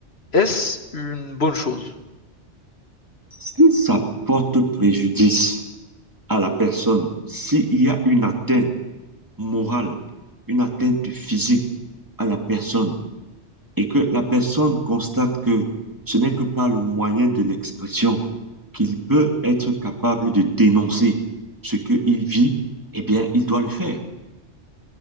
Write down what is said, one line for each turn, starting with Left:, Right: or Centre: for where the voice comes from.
Left: est-ce une bonne chose?
Right: Si ça porte préjudice à la personne, s'il y a une atteinte morale, une atteinte physique à la personne, et que la personne constate que ce n'est que par le moyen de l'expression qu'il peut être capable de dénoncer ce qu'il vit, eh bien, il doit le faire.